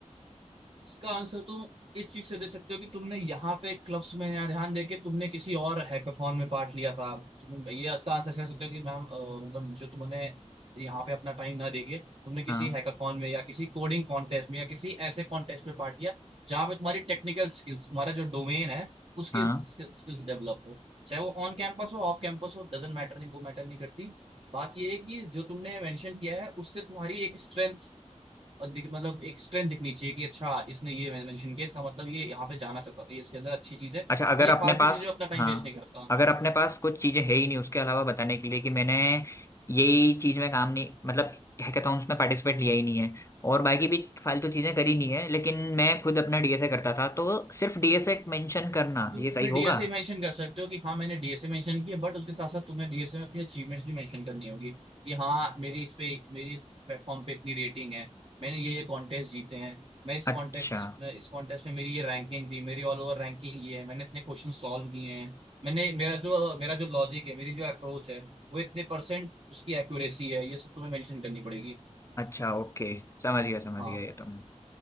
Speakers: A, on the right (about 50°); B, on the left (about 25°).
A: इसका आंसर तुम इस चीज से दे सकते हो कि तुमने यहाँ पे क्लब्स में यहाँ ध्यान देके तुमने किसी और हैकाथॉन में पार्ट लिया था तुम ये इसका आंसर कह सकते हो कि मैम अ, मतलब जो तुमने यहाँ पे अपना टाइम ना देके तुमने किसी
B: हाँ
A: हैकाथॉन में या किसी कोडिंग कॉन्टेस्ट में या किसी ऐसे कॉन्टेस्ट में पार्ट लिया जहाँ पे तुम्हारी टेक्निकल स्किल्स तुम्हारा जो डोमेन है उसकी
B: हाँ
A: स्किल्स डेवलप हो चाहे वो ऑन कैंपस हो ऑफ कैंपस हो डजेंट मैटर नहीं वो मैटर नहीं करती बात ये है कि जो तुमने मेंशन किया है उससे तुम्हारी एक स्ट्रेंथ और दिख, मतलब एक स्ट्रेंथ दिखनी चाहिए कि अच्छा इसने ये मेंशन किया इसका मतलब ये यहाँ पे जाना चाहता था ये इसके अंदर अच्छी चीज है
B: अच्छा अगर
A: ये
B: अपने
A: फालतू
B: पास
A: चीजों में अपना
B: हाँ
A: टाइम वेस्ट नहीं करता
B: अगर अपने पास कुछ चीजें है ही नहीं उसके अलावा बताने के लिए कि मैंने यही चीज में काम नहीं मतलब हैकाथॉन्स में पार्टिसिपेट लिया ही नहीं है और बाकी भी फालतू चीजें करी नहीं है लेकिन मैं खुद अपना डीएसए करता था तो सिर्फ डीएसए मेंशन करना
A: तुम
B: ये सही
A: फिर
B: होगा
A: डीएसए मेंशन कर सकते हो कि हाँ मैंने डीएसए मेंशन किया बट उसके साथ साथ तुम्हें डीएसए में अपनी अचीवमेंट्स भी मेंशन करनी होगी कि हाँ मेरी इस पे मेरी इस प्लेटफॉर्म पे इतनी रेटिंग है मैंने ये ये कॉन्टेस्ट जीते हैं मैं इस कॉन्टेस्ट
B: अच्छा
A: में इस कॉन्टेस्ट में मेरी ये रैंकिंग थी मेरी ऑल ओवर रैंकिंग ये है मैंने इतने क्वेश्चन सॉल्व किए हैं मैंने मेरा जो मेरा जो लॉजिक है मेरी जो अप्रोच है वो इतने परसेंट उसकी एक्यूरेसी है ये सब तुम्हें मेंशन करनी पड़ेगी
B: अच्छा ओके समझ गया समझ
A: हाँ
B: गया ये तो मैं